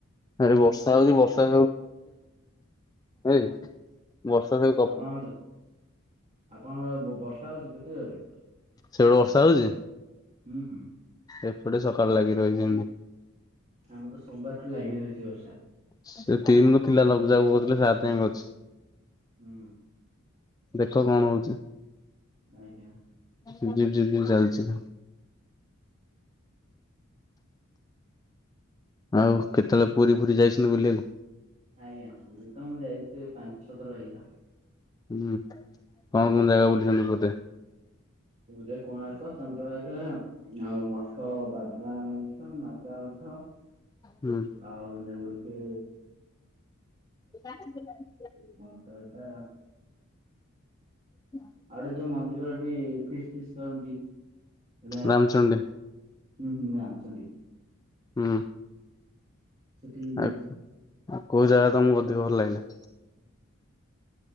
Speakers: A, on the left; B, on the right.
A: ଆରେ ବର୍ଷା ହଉଛି ବର୍ଷା ଏ। ବର୍ଷା ହଉ।
B: ଆପଣଙ୍କ ଆପଣଙ୍କ ବର୍ଷା ହଉଛି? କେତେ ଜରରେ
A: ସେଗଡୁ ବର୍ଷା ହଉଛି।
B: ହୁଁ ହୁଁ
A: ଏପଟେ ସକାଳୁ ଲାଗି ରହିଛନ୍ତି।
B: ଆମ ତ ସୋମବାର ଠୁ ଲାଗି ରହିଛି ବର୍ଷା।
A: ସେ ତିନି ରୁ ଥିଲା ଲଘୁଚାପ କହୁଥିଲେ ସାତ୍ ଯାକେ ଅଛି।
B: ହୁଁ।
A: ଦେଖ କଣ ହୋଉଚି?
B: ଆଜ୍ଞା।
A: ଜିପ୍ ଜିପ୍ ଜିପ୍ ଯେମିତି ଚାଲିଚି ଆଉ କେତେବେଳେ ପୁରୀ ଫୁରୀ ଯାଇଛନ୍ତି ବୁଲିବାକୁ?
B: ଆଜ୍ଞା ପୁରୀ ତ ମୁଁ ଯାଇଛି ପାଞ୍ଚ୍ ଛଅ ଥର ପରିକା
A: ହୁଁ କଣ କଣ ଜାଗା ବୁଲିଛନ୍ତି ପୁରି ରେ?
B: ପୁରୀ ରେ କୋଣାର୍କ ଚନ୍ଦ୍ରଭାଗା ଆଉ ମଠ ବାବା ମଠ ମାତା ମଠ
A: ହୁଁ
B: ଆଉ ଯୋଉ ତେ
A: <inaudible>
B: କଁ ତ ହେଟା?
A: <inaudible>
B: ଆଉ ଗୋଟେ ଯୋଉ ମନ୍ଦିର ଏଠି ଫିସ୍ ଫିସ୍ କରନ୍ତି ସେଟା
A: ରାମଚଣ୍ଡୀ
B: ହୁଁ ହୁଁ ରାମ୍ ଚଣ୍ଡୀ।
A: ହୁଁ
B: ସେଠିକି ଯାଇଛି।
A: ଆ ଆଉ କୋଉ ଜାଗା ତମକୁ ଅଧିକ ଭଲ ଲାଗିଲା?